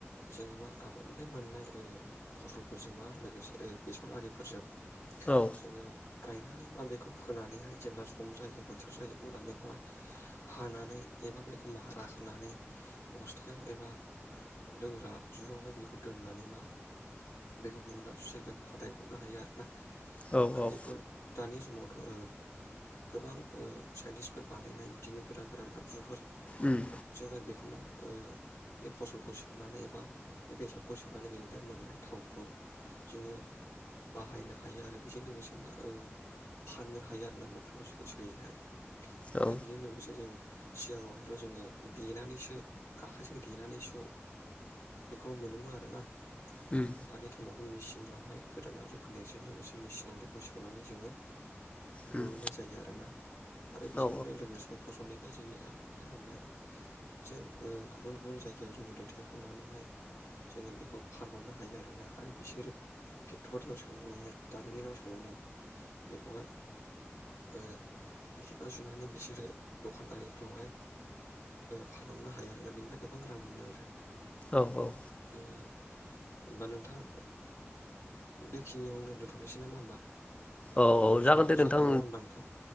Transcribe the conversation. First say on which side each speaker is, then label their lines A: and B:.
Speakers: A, on the left; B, on the left.
A: जोंङो मा आबादनिफाय मोननाय ओ फसलफोरजों मा लोगोसे ओ बेसर आरिफोरजों
B: औ
A: जोंङो गायनानै माबे खो फोनानैहाय जेब्ला सम जायो बोथ थोर जायो अला बेखौहाय हानानै एबा बेखौ मारा होनानै बस्थायाव एबा लोंग्रा जुआवहाय बेखौ दोननानै मा बेखौ गुबुन दाबसे जायगायाव फाथायहरनो हायो आरो ना आरो
B: औ औ
A: बेखौ दानि समाव थ ओ गोबां ओ साइन्टिस्फोर बानायनाय बिदिनो गोदान गोदान आगजुफोर
B: उम
A: ओ जोंहाय बे <unintelligible> बेसरखौ सोनानै बेनि मोननाय थावखौ जोंंङो बाहायनो हायो आरो बेजों लोगोसे ओ फाननो हायो आरो ना बथलावा सो सो बेहाय आरो
B: औ
A: बेजों लोगोसे जों सिगाङावहायथ' जोंङो देनानैसो आखाइजों देनानैसो बेखौ मोनोमोन आरोना।
B: उम
A: दानि टाइमावथ' मिसि मेचिनावहाय गोदान आगजु फैनायजों लोगोसे मेसिनाव बेखौ सोनानै जोंङो
B: उम
A: बरननाय जायो आरोना। आरो बेजोंनो
B: औ
A: लोगोसे फसलनि ओ जोंनि आबादनिफ्राय मोननाय जों ओ गुबुन गुबुन जायगायाव जोंङो दैथायहरनानैहाय जोंङो बेखौ फानहरनो हायो आरो ना आरो बिसोरो फेक्टरियाव सोनानैहाय दारिमिनाव सोनानै बेखौहाय ओ पेकेटआव जुनानै बिसोरो दखान आरिफ्रावहाय फानहरनो हायो आरो ना बेनिफ्राय गोबां रां मोनो आरो।
B: औ औ
A: ए। होम्बा नोंथां बेखिनियावनो दोन्थनोसै नामा होम्बा?
B: औ औ जागोन
A: समाबो
B: दे नोंथां
A: जाबाय नंङा होनबा नोंथां?